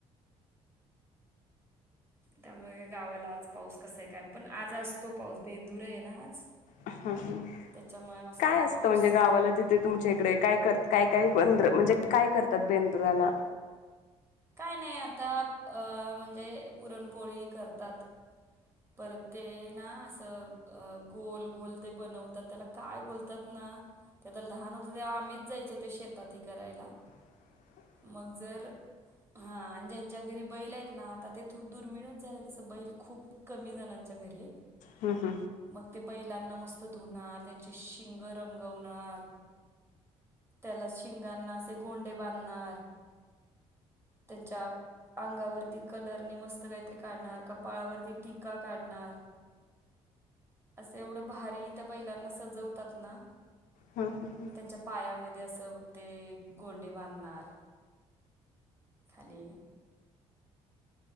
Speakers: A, on the right; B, on the left.
A: त्यामुळे काय गावाला आज पाऊस कसाय काय पण आज असतो पाऊस बेंदूराय ना आज.
B: ह हं
A: त्याच्यामुळे असतो
B: काय असतं
A: पाऊस
B: म्हणजे गावाला तिथे तुम् -च्याइकडे काय करत काय काय बंद्र म्हणजे काय करतात बेंद्राला?
A: काय नाय आता अ म्हणजे पुरणपोळी करतात. परत ते ना असं. अ गोल गोल ते बनवतात त्याला काय बोलतात ना त ता लहान होतो तेव्हा आम्हीच जायचो ते शेतात हे करायला.
B: <inaudible>
A: मंग जर हा आन ज्यांच्या घरी बैलायत ना आता ते दुर्मिळच झाले तसं बैल खूप कमी जणांच्या घरीयेत.
B: हम् हम्.
A: मग ते बैलांना मस्त धुणार त्यांची शिंग रंगवणार. त्याला शिंगांना असे गोंडे बांधणार. त्यांच्या अंगावरती कलरने मस्त काईतरी काढणार कपाळावरती टिक् -का काढणार. असं एवढं भारी त्या बैलांना सजवतात ना
B: हम ह ह.
A: त्यांच्या पायामध्ये असं ते गोंडे बांधणार खाली.